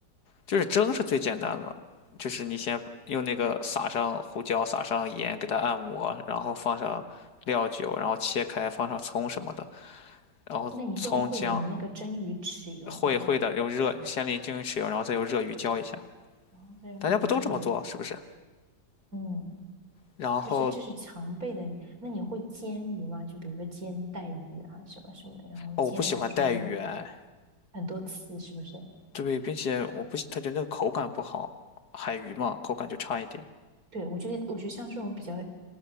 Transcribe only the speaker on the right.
那你最后会淋那个蒸鱼豉油吗？
然后再用这个鱼浇一锅。
嗯，
就是这是常备的。那你会煎鱼吗？就比如说煎带鱼啊，什么什么的，然后煎完之后然后
很多次，是不是？
对，我觉得我觉得像这种比较